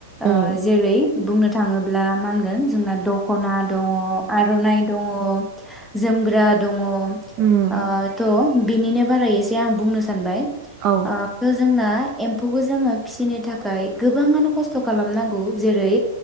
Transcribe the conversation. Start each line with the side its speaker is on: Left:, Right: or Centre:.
Centre: ओ
Right: उम
Centre: जेरै बुंनो थाङोब्ला मा होनगोन जोंना दखना दङ आर'नाइ दङ जोमग्रा दङ आ
Right: उम
Centre: थ' बिनिनो बारै एसे आं बुंनो सानबाय।
Right: औ उम
Centre: आ बे जोंना एम्फौखौ जोङो फिसिनो थाखाय गोबाङानो खस्थ' खालामनांगौ गौ जेरै